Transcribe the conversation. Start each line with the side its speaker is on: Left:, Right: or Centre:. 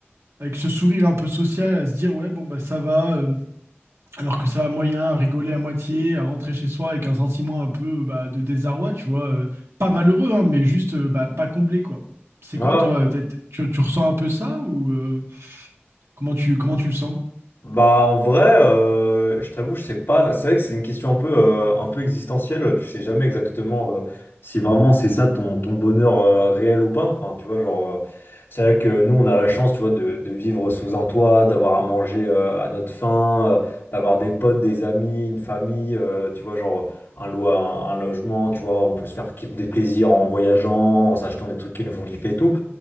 Right: avec ce sourire un peu social, à se dire ouais bon bah ça va, euh, alors que ça va moyen, à rigoler à moitié, à rentrer chez soi avec un sentiment un peu bah, de désarroi, tu vois, euh, pas malheureux hein, mais juste euh, bah, pas comblé quoi. C'est quoi
Left: Ah.
Right: toi? t'es- t'es- Tu, tu ressens un peu ça ou euh, Comment tu, comment tu le sens?
Left: Bah en vrai, euh, je t'avoue, je sais pas. C'est vrai que c'est une question un peu, euh, un peu existentielle. Tu sais jamais exactement euh, si vraiment c'est ça ton, ton bonheur euh, réel ou pas. Enfin, tu vois, genre, euh, c'est vrai que nous, on a la chance, tu vois, de, de vivre sous un toit, d'avoir à manger euh, à notre faim, euh, d'avoir des potes, des amis, une famille, euh, tu vois, genre un lo- un, un logement, tu vois, on peut se faire ki- des plaisirs en voyageant, en s'achetant des trucs qui nous font kiffer et tout.